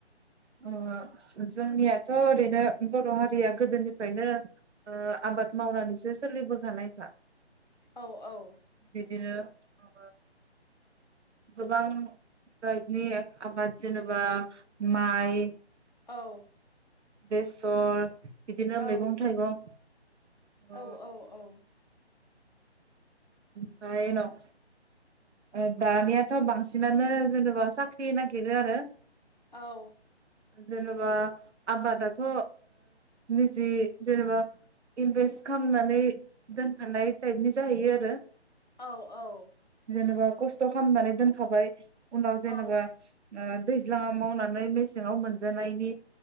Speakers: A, on the right; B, on the left.
A: ओ जोंनियाथ' ओरैनो बर' हारिया गोदोनिफ्रायनो ओ आबाद मावनानैसो सोलिबोखानायखा
B: औ
A: <inaudible>
B: औ
A: बिदिनो ओ गोबां जाइगनि आबाद जेनेबा माइ
B: औ
A: बेसर बिदिनो
B: औ
A: मैगं थाइगं ओ
B: औ औ औ
A: <unintelligible> दानियाथ' बांसिनानो जेनेबा साख्रि नागिरो आरो
B: औ
A: जेनेबा आबादाथ' निजि जेनेबा इनभेस्ट खालामनानै दोनखानाय टाइपनि जाहैयो आरो।
B: औ-औ
A: जेनेबा खस्थ' खालामनानै दोनखाबाय। उनाव
B: औ
A: जेनेबा दै दैज्लाङाव मावनानै मेसेङाव मोनजानायनि